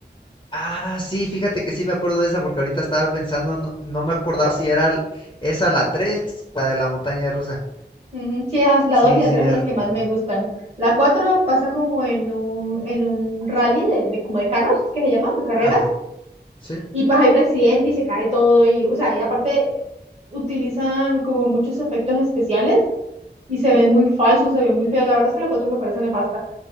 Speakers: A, on the left (about 25°); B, on the right (about 35°).
A: Ah, sí, fíjate que sí me acuerdo de esa porque ahorita estaba pensando, no, no me acordaba si era l- esa la 3 la de la montaña rusa.
B: Ujú. Sí, esas- la
A: Sí,
B: 2 y la
A: sí,
B: 3
A: ya
B: son las
A: recuerdo.
B: que más me gustan. La 4 pasa como en un, en un rally de, de- como de carros, ¿es que se llama, de carreras.
A: Ajá. Sí,
B: Y pues hay un accidente y se cae todo. Y, o sea, y aparte utilizan como muchos efectos especiales y se ven muy falsos, se ven muy feos La verdad es que la 4 me parece nefasta,